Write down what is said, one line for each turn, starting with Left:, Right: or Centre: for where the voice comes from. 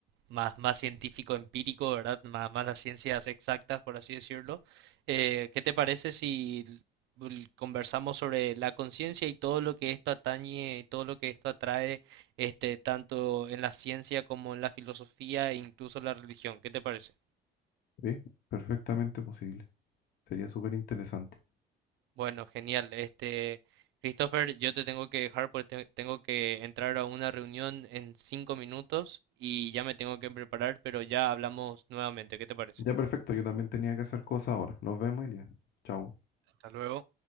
Right: más, más científico empírico, ¿verdad? Más, más las ciencias exactas, por así decirlo. Eh, ¿qué te parece si l- conversamos sobre la conciencia y todo lo que esto atañe, y todo lo que esto atrae, este, tanto en la ciencia como en la filosofía e incluso la religión? ¿Qué te parece?
Left: Sí, perfectamente posible. Sería súper interesante.
Right: Bueno, genial. Este, Christopher, yo te tengo que dejar porque te- tengo que entrar a una reunión en cinco minutos y ya me tengo que preparar, pero ya hablamos nuevamente. ¿Qué te parece?
Left: Ya perfecto, yo también tenía que hacer cosas ahora. Nos vemos, Elia. Chao.
Right: Hasta luego.